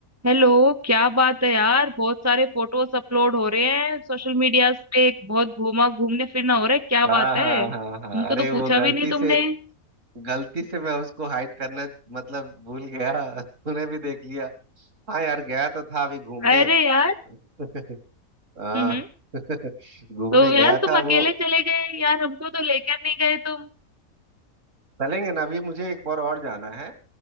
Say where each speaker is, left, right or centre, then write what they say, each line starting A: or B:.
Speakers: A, on the right; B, on the right.
A: Hello क्या बात है यार बहुत सारे फोटोज अपलोड हो रहे हैं सोशल मीडिया पे बहुत घूमा घूमने फिरना हो रहा है क्या
B: हाँ
A: बात
B: हाँ
A: है हमको
B: हाँ हाँ अरे
A: तो
B: वो
A: पूछा
B: गलती
A: भी नहीं तुमने
B: से गलती से मैं उसको हाइड करना मतलब भूल गया <laughs> तूने भी देख लिया हाँ यार गया तो था अभी घूमने
A: अरे
B: <laughs>
A: यार
B: हाँ
A: हम्म
B: <laughs> घूमने
A: तो
B: गया
A: यार तुम
B: था
A: अकेले
B: वो
A: चले गए यार हमको तो लेकर नहीं गए तुम
B: चलेंगे ना अभी मुझे एक बार और जाना है